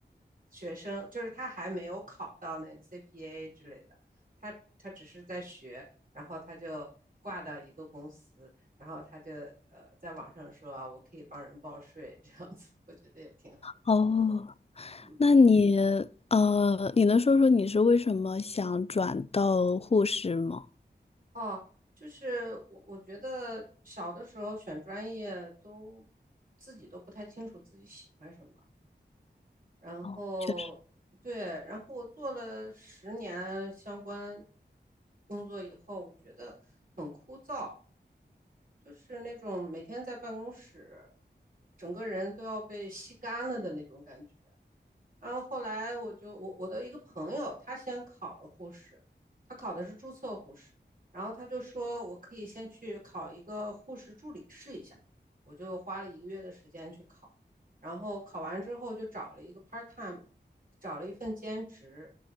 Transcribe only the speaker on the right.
学生，就是他还没有考到那个 CPA 之类的，他他只是在学，然后他就挂到一个公司，然后他就呃在网上说啊我可以帮人报税这样子，我觉得也挺好。
嗯，
哦，就是我我觉得小的时候选专业都自己都不太清楚自己喜欢什么，然后对，
然后我做了十年相关工作以后，我觉得很枯燥，就是那种每天在办公室，整个人都要被吸干了的那种感觉。然后后来我就我我的一个朋友，他先考了护士，他考的是注册护士，然后他就说我可以先去考一个护士助理试一下，我就花了一个月的时间去考，然后考完之后就找了一个 part time，找了一份兼职，